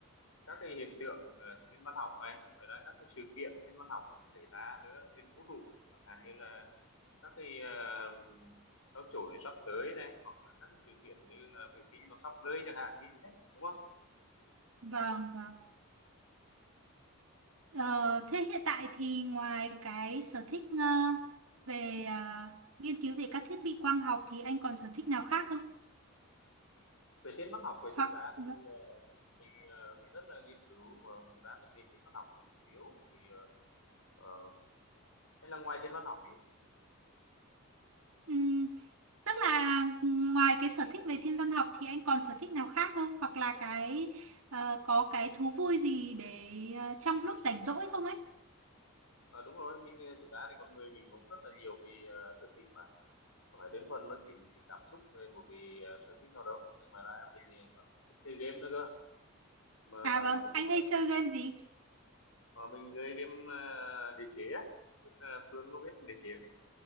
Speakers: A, on the left (about 70°); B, on the right (about 75°).
A: các cái hiện tượng à, thiên văn học này ngoài ra các cái sự kiện thiên văn học xảy ra nữa trên vũ trụ chẳng hạn như là các cái uh, sao chổi sắp tới này hoặc là các cái sự kiện như là vệ tinh nó sắp rơi chẳng hạn ví dụ thế đúng không
B: vâng, vâng. Ờ, thế hiện tại thì ngoài cái sở thích ờ, về ờ, nghiên cứu về các thiết bị quang học thì anh còn sở thích nào khác không?
A: về thiên văn học về
B: Hoặc
A: thực ra thì
B: vâng,
A: ờ, mình ờ, mình rất là nghiên cứu và thực ra thì về thiên văn học là chủ yếu thì ờ, ờ, hay là ngoài thiên văn học thì
B: ừm, tức là ừ, ngoài cái sở thích về thiên văn học thì anh còn sở thích nào khác không? Hoặc là cái ờ, có cái thú vui gì để ờ, trong lúc rảnh rỗi không ấy?
A: ờ, đúng rồi mình ờ, thực ra thì con người mình cũng rất là nhiều vì ờ, sở thích mà không phải đơn thuần nó chỉ một cái cảm xúc về một cái ờ, sở thích nào đâu mà ra mình ờ, còn thích chơi game nữa cơ mà
B: À vâng,
A: không
B: anh
A: biết là
B: hay chơi game gì?
A: ờ, mình chơi game ờ, đế chế á Không biết là Phương có biết đế chế